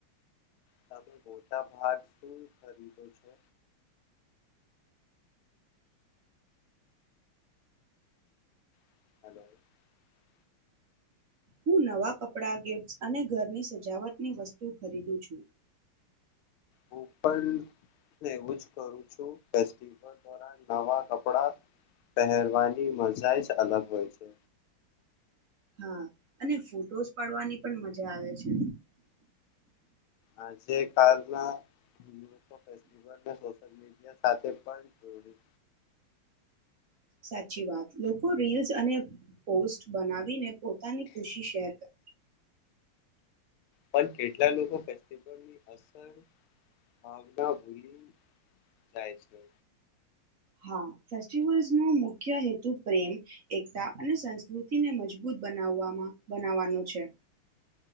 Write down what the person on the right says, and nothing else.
હું નવા કપડાં ગિફ્ટ્સ અને ઘરની સજાવટની વસ્તુ ખરીદું છું.
હા અને ફોટોસ પાડવાની પણ મજા આવે છે.
સાચી વાત લોકો રીલ્સ અને પોસ્ટ બનાવીને પોતાની ખુશી શેર કર
હા ફેસ્ટિવલ્સનો મુખ્ય હેતુ પ્રેમ એકતા અને સંસ્કૃતિને મજબૂત બનાવવામાં બનાવવાનો છે.